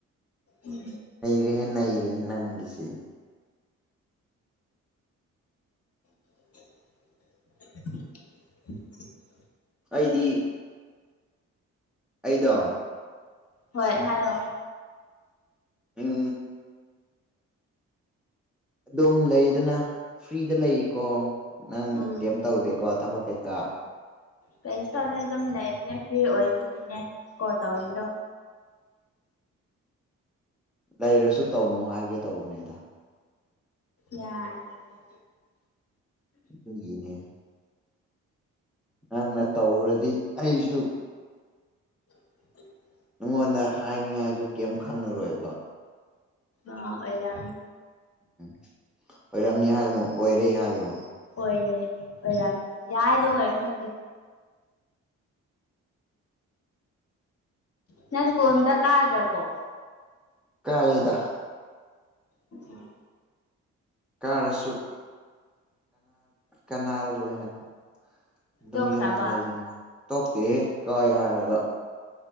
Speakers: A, on the left; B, in the centre.
A: ꯎꯝ
B: ꯅꯩꯔꯦꯍꯦ ꯅꯪ ꯁꯤꯗꯤ
A: <unintelligible>
B: ꯑꯩꯗꯤ ꯑꯩꯗꯣ
A: ꯍꯣꯏ ꯍꯥꯏꯌꯣ
B: ꯎꯝ ꯑꯗꯨꯝ ꯂꯩꯗꯅ ꯐ꯭ꯔꯤꯗ ꯂꯩꯌꯦꯀꯣ ꯅꯪ
A: ꯎꯝ
B: ꯀꯩꯝ ꯇꯧꯗꯦꯀꯣ ꯊꯕꯛ ꯀꯩꯀꯥ
A: ꯀꯩ ꯇꯂꯦ ꯑꯗꯨꯝ ꯂꯩꯕꯅꯦ ꯐ꯭ꯔꯤ ꯑꯣꯏꯕꯒꯤꯅꯦ ꯇꯧꯏꯗꯣ
B: ꯂꯩꯔꯁꯨ ꯇꯧꯅꯨ ꯍꯥꯏꯒꯦ ꯇꯧꯕꯅꯦꯗ
A: ꯌꯥꯔꯦꯗ
B: ꯑꯗꯨ ꯒꯤꯅꯦ ꯅꯪꯅ ꯇꯧꯔꯗꯤ ꯑꯩꯁꯨ
A: <unintelligible>
B: ꯑꯩꯉꯣꯟꯗ ꯍꯥꯏꯅꯤꯡꯉꯥꯏꯁꯨ ꯀꯩꯝ ꯈꯪꯅꯔꯣꯏꯕ
A: ꯑ ꯑꯣꯏꯔ
B: ꯎꯝ ꯑꯣꯏꯔꯝꯅꯤ ꯍꯥꯏꯒꯅꯨ ꯑꯣꯏꯔꯦ ꯍꯥꯏꯌꯣ
A: ꯑꯣꯏꯣꯏ ꯑꯣꯏ ꯌꯥꯏꯗꯣ ꯑꯣꯏꯔ ꯅꯁ ꯀꯣ ꯑꯝꯇ ꯀꯥꯗ꯭ꯔꯕꯣ
B: ꯀꯥꯏꯗ
A: ꯎꯝ
B: ꯀꯥꯔꯁꯨ ꯀꯅꯥꯔꯔꯣꯏꯅꯕ ꯑꯗꯨꯝ
A: ꯇꯣꯛꯈ꯭ꯔꯕ
B: ꯌꯨꯝꯗ ꯂꯩꯒꯅꯤ ꯇꯣꯛꯇꯦ ꯀꯥꯏ ꯍꯥꯏꯔꯒ